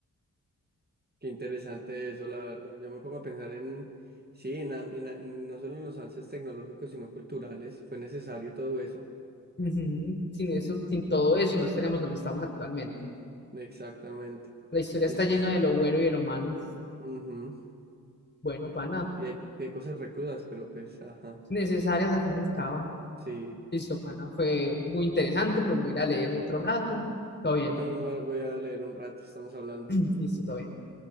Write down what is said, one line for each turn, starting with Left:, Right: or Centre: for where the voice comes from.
Right: Qué interesante eso, la verdad. Yo me pongo a pensar en, sí, en, am- en a- en no solo en los avances tecnológicos, sino culturales. Fue necesario todo eso.
Left: Ujú, Sin eso, sin todo eso, no estaríamos donde estamos actualmente.
Right: Exactamente.
Left: La historia
Right: Y
Left: está
Right: es precis-
Left: llena de lo bueno y de lo malo.
Right: ujú.
Left: Bueno, pana,
Right: Y hay, hay cosas recrudas, pero pues, ajá.
Left: necesarias al fin y al cabo.
Right: Sí.
Left: Listo, pana, fue muy interesante, pero me voy a ir a leer otro rato. Todo bien.
Right: Yo también voy a voy a leer un rato, estamos hablando.
Left: <clears throat> Listo, todo bien.